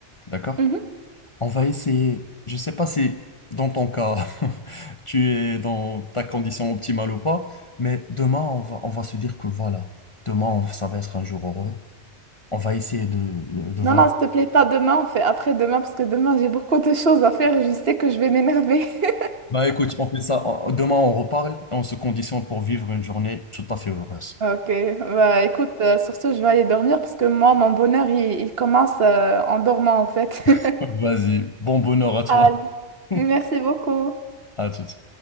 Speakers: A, on the left; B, on the right.
A: D'accord?
B: Mhm.
A: On va essayer. Je sais pas si dans ton cas, <laughs> tu es dans ta condition optimale ou pas, mais demain, on va, on va se dire que voilà, demain, on- ça va être un jour heureux. On va essayer de, de, de voir.
B: Non, non, s'il te plaît, pas demain, on fait après demain, parce que demain, j'ai beaucoup de choses à faire et je sais que je vais m'énerver. <laughs>
A: Bah écoute, on fait ça. on- Demain, on reparle. et On se conditionne pour vivre une journée tout à fait heureuse.
B: Ok, bah écoute, euh, sur ce, je vais aller dormir parce que moi, mon bonheur, il, il commence euh, en dormant en fait. <laughs>
A: <laughs> Vas-y, bon bonheur à toi.
B: Allez.
A: <laughs>
B: Merci beaucoup.
A: À toutes.